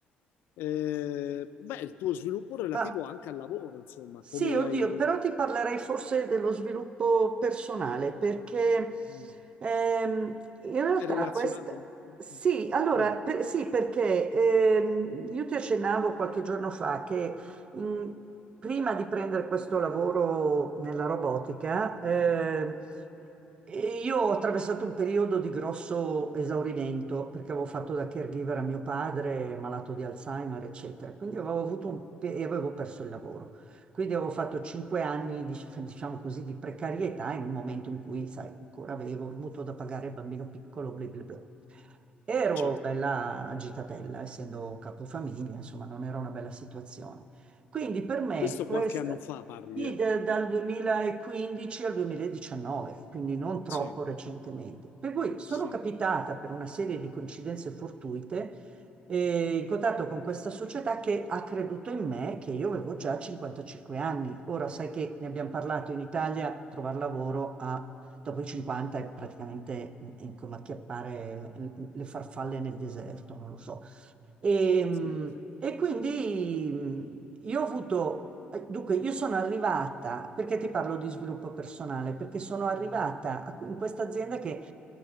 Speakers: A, on the left; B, on the right.
A: Eh, beh, il tuo sviluppo relativo
B: Ma,
A: anche al lavoro, insomma,
B: sì,
A: come
B: oddio,
A: hai...
B: però ti parlerei forse dello sviluppo personale, perché
A: mm,
B: ehm, in realtà
A: È relazionato?
B: questa...
A: Mm,
B: Sì, allora,
A: Vai,
B: per- sì, perché ehm, io ti accennavo qualche giorno fa che mm, prima di prendere questo lavoro nella robotica, ehm, E Io ho attraversato un periodo di grosso esaurimento perché avevo fatto da caregiver a mio padre, malato di Alzheimer, eccetera. Quindi avevo avuto un pe- e avevo perso il lavoro. Quindi avevo fatto cinque anni, dic- diciamo così, di precarietà in un momento in cui, sai, ancora avevo il mutuo da pagare il bambino piccolo, bla bla bla. Ero
A: certo.
B: bella agitatella, essendo capofamiglia, insomma, non era una bella situazione. Quindi per me
A: Questo
B: questa,
A: qualche anno fa parli,
B: sì,
A: eh?
B: da- dal 2015 al 2019, quindi non troppo
A: Sì,
B: recentemente. Per cui sono
A: sì,
B: capitata per una serie di coincidenze fortuite eh, in contatto con questa società che ha creduto in me, che io avevo già 55 anni. Ora sai che ne abbiamo parlato in Italia, trovare lavoro a- dopo i 50 è praticamente mm, come acchiappare mm, le farfalle nel deserto, non lo so. E, mh,
A: sì.
B: e quindi mh, io ho avuto, eh, dunque, io sono arrivata, perché ti parlo di sviluppo personale? Perché sono arrivata a- in questa azienda che